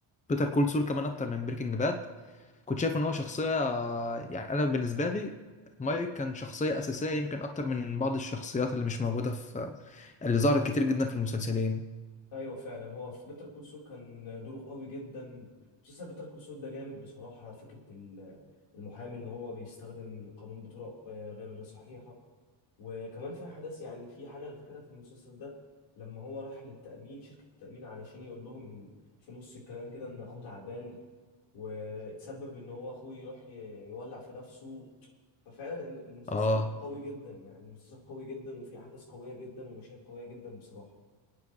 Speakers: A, on the left; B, on the left.
A: بيتر كول سول كمان اكتر من بريكنج باد كنت شايف ان هو شخصيه يعني انا بالنسبه لي مايك كان شخصيه اساسيه يمكن اكتر من بعض الشخصيات اللي مش موجوده في اللي ظهرت كتير جدا في المسلسلين
B: ايوه فعلا هو في بيتر كول سول كان دوره قوي جدا مسلسل بيتر كول سول ده جامد بصراحه فكره ال- المحامي اللي هو بيستخدم القانون بطرق آه، غير صحيحه وكمان في احداث يعني في حاجه انا فاكرها في المسلسل ده لما هو راح للتامين شركه التامين علشان يقول لهم إن في نص الكلام كده ان اخوه تعبان وتسبب ان هو اخوه يروح ي- يولع في نفسه ففعلا ال- المسلسل
A: اه
B: قوي جدا يعني المسلسل قوي جدا وفيه احداث قويه جدا ومشاهد قويه جدا بصراحه